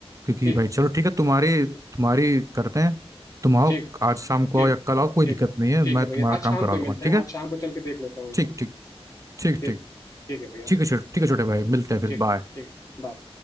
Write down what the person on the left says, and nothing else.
ठीक
ठीक
ठीक
ठीक
ठीक
ठीक
है भैया
आज
शाम
को ही
मिलते
हैं
आज शाम को चल के देख लेते हैं वहीं
पर
ठीक
ठीक है भैया
ठीक
ठीक बाय